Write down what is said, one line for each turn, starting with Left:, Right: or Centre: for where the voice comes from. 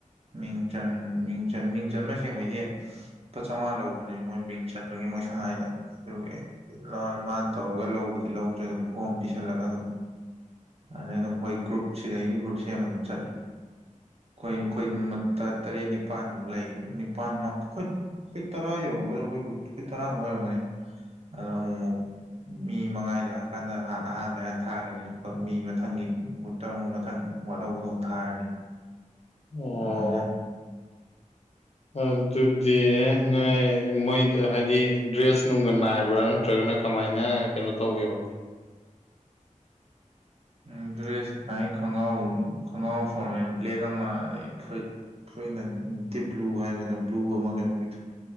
Right: ꯃꯤꯡ ꯆꯟ ꯃꯤꯡꯆꯟ ꯃꯤꯡ ꯆꯟ ꯃꯁꯦꯡꯕꯩꯗꯤ ꯂꯨꯄꯥ ꯆꯥꯝꯃꯉꯥ ꯂꯧꯕꯅꯦ ꯃꯣꯏ ꯃꯤꯡ ꯆꯟꯕꯒꯤ ꯃꯣꯏ ꯁꯉꯥꯏꯗ ꯑꯗꯨꯒꯤ ꯂꯧꯔ ꯃꯥꯅ ꯇꯧꯔꯒ ꯂꯧꯕꯨꯗꯤ ꯂꯧꯗ꯭ꯔꯦ ꯑꯗꯨꯝ ꯐꯣꯝ ꯄꯤꯁꯜꯂꯒ ꯑꯗꯨꯝ ꯑꯗꯩ ꯑꯗꯨꯝ ꯑꯩꯈꯣꯏ ꯒ꯭ꯔꯨꯞ ꯁꯤꯗꯩ ꯒ꯭ꯔꯨꯞ ꯁꯦꯝꯃ ꯑꯗꯨꯝ ꯆꯠꯂꯤ ꯑꯩꯈꯣꯏ ꯑꯩꯈꯣꯏ ꯇꯔꯦꯠ ꯅꯤꯄꯥꯥꯟꯃꯨꯛ ꯂꯩ ꯅꯤꯄꯥꯟ ꯃꯥꯞ ꯈꫭꯏ ꯑꯩꯈꯣꯏ ꯇ꯭ꯔꯥ ꯌꯧꯔꯝꯒꯗꯥ ꯑꯩꯈꯣꯏꯒ꯭ꯔꯨꯞ ꯑꯩꯈꯣꯏꯇ꯭ꯔꯥꯃꯨꯛ ꯑꯣꯏꯔꯝꯒꯅꯤ ꯑꯗꯣ ꯑꯃꯨꯛ ꯑꯃꯨꯛ ꯃꯤ ꯃꯉꯥꯏ ꯂꯥꯛ ꯀꯥꯟꯗ ꯍꯥꯟꯅ ꯑꯍꯥꯟꯕ ꯍꯍꯥꯟ ꯊꯥꯒꯅꯤ ꯑꯗꯨꯒ ꯃꯤ ꯃꯊꯪꯒꯤ ꯒ꯭ꯔꯨꯞꯇ ꯑꯃꯨꯛ ꯃꯊꯪ ꯋꯥꯠꯍꯧꯕꯗꫭ ꯊꯥꯔꯅꯤ
Left: ꯑꯣ
Right: ꯑꯗꯨꯃꯥꯏꯅ
Left: ꯑꯗꯨꯗꯤ ꯅꯣꯏ ꯃꯣꯏ ꯍꯥꯏꯗꯤ ꯗ꯭ꯔꯦꯁ ꯅꯨꯡꯒ ꯅꯥꯏꯕ꯭ꯔꯥꯅ ꯅꯠꯇ꯭ꯔꯒꯅ ꯀꯃꯥꯏꯅ ꯀꯩꯅꯣ ꯇꯧꯒꯦꯕ
Right: ꯎ ꯗ꯭ꯔꯦꯁ ꯍꯥꯏ ꯈꯣꯡꯒ꯭ꯔꯥꯎ ꯈꯣꯡꯒ꯭ꯔꯥꯎ ꯐꯣꯔꯃꯦꯜ ꯕ꯭ꯂꯦꯛ ꯑꯃ ꯑꯗꯩ ꯐꯨꯔꯤꯠ ꯐꯨꯔꯤꯠꯅ ꯗꯤꯞꯕꯂꯨ ꯍꯥꯏꯒꯗ꯭ꯔꯥ ꯕꯂꯨ ꯑꯃ ꯀꯩꯅꯣꯒꯤꯗꫭ